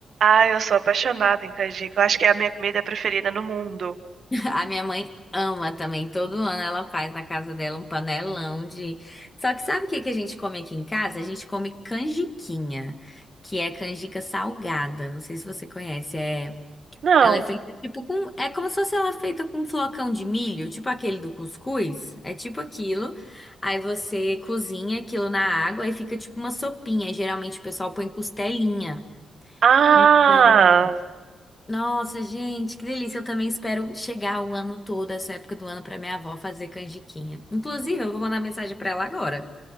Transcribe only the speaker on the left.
<laughs> A minha mãe ama também, todo ano ela faz na casa dela um panelão de. Só que sabe o que que a gente come aqui em casa? A gente come canjiquinha, que é canjica salgada. Não sei se você conhece, é
Ela é feita tipo com. É como se fosse ela feita com um flocão de milho, tipo aquele do cuscuz. É tipo aquilo. Aí você cozinha aquilo na água aí fica tipo uma sopinha. Aí, Geralmente o pessoal põe costelinha.
Então, nossa, gente, que delícia. Eu também espero chegar o ano todo, essa época do ano, pra minha avó fazer canjiquinha. Inclusive, eu vou mandar mensagem pra ela agora,